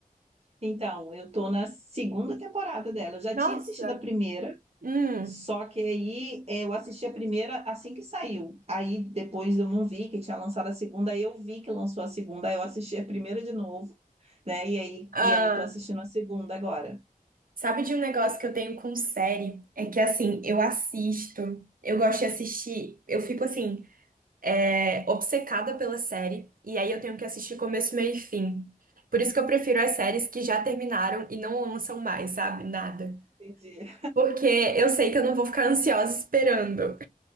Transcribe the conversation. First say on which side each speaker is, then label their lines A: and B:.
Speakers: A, on the right (about 40°); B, on the right (about 65°).
A: Então, eu tô na segunda temporada dela. Eu já
B: Nossa!
A: tinha assistido a primeira.
B: Hum.
A: Só que aí é, eu assisti a primeira assim que saiu. Aí depois eu não vi que tinha lançado a segunda, aí eu vi que lançou a segunda, aí eu assisti a primeira de novo, né? E aí,
B: Ah,
A: e aí tô assistindo a segunda agora.
B: sabe de um negócio que eu tenho com série? É que, assim, eu assisto, eu gosto de assistir, eu fico, assim, é, obcecada pela série, e aí eu tenho que assistir começo, meio e fim. Por isso que eu prefiro as séries que já terminaram e não lançam mais, sabe? Nada.
A: Entendi.
B: Porque eu sei que eu não vou ficar ansiosa esperando.